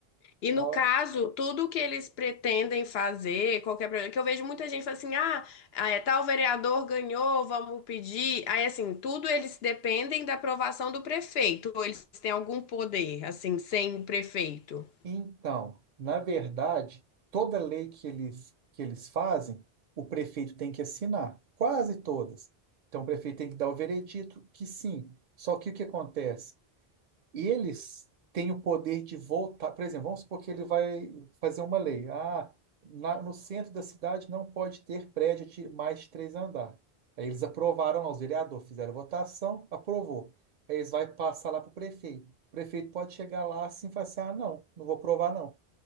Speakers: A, on the left; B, on the right.
A: E
B: Ah,
A: no caso, tudo que eles pretendem fazer, qualquer projeto, que eu vejo muita gente falando assim, ah, ah, é, tal vereador ganhou, vamos pedir. Aí assim, tudo eles dependem da aprovação do prefeito, ou eles têm algum poder, assim, sem o prefeito.
B: Então, na verdade, toda lei que eles, que eles fazem, o prefeito tem que assinar, quase todas. Então, o prefeito tem que dar o veredito que sim. Só que o que acontece? E eles têm o poder de voltar. Por exemplo, vamos supor que ele vai fazer uma lei. Ah, na- no centro da cidade não pode ter prédio de mais de três andares. Aí eles aprovaram lá, os vereadores fizeram votação, aprovou. Aí eles vão passar lá para o prefeito. O prefeito pode chegar lá assim e falar assim: ah, não, não vou aprovar, não